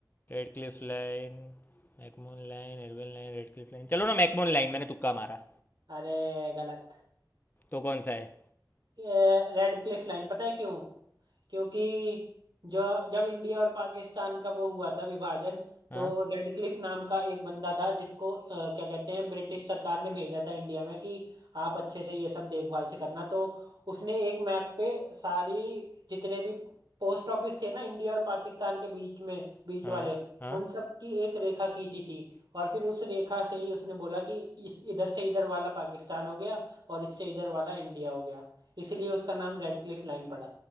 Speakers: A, on the left; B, on the right.
A: Radcliffe line McMahon line Irwin line Radcliffe line चलो ना मैकमोहन लाइन मैंने तुक्का मारा
B: अरे गलत
A: तो कौन सा है
B: Radcliffe line पता है क्यों क्योंकि जो जब इंडिया और पाकिस्तान का वो हुआ था विभाजन
A: हाँ
B: तो रेडक्लिफ नाम का एक बंदा था जिसको अ, क्या कहते हैं ब्रिटिश सरकार ने भेजा था इंडिया में कि आप अच्छे से ये सब देखभाल से करना तो उसने एक मैप पे सारी जितने भी पोस्ट ऑफिस थे ना इंडिया और पाकिस्तान के बीच में बीच
A: हाँ
B: वाले
A: हाँ
B: उन सब की एक रेखा खींची थी और फिर उस रेखा से ही उसने बोला कि इस इधर से इधर वाला पाकिस्तान हो गया और इससे इधर वाला इंडिया हो गया इसलिए उसका नाम रेडक्लिफ लाइन पड़ा